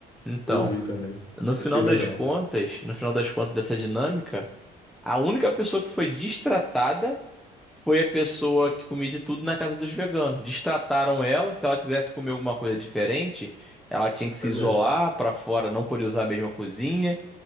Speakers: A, in the centre; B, on the left.
A: Então,
B: eu vi também.
A: no final
B: Achei legal.
A: das contas, no final das contas dessa dinâmica, a única pessoa que foi destratada foi a pessoa que comia de tudo na casa dos veganos. Destrataram ela, se ela quisesse comer alguma coisa diferente, ela tinha que se
B: Foi
A: isolar
B: mesmo.
A: pra fora, não podia usar a mesma cozinha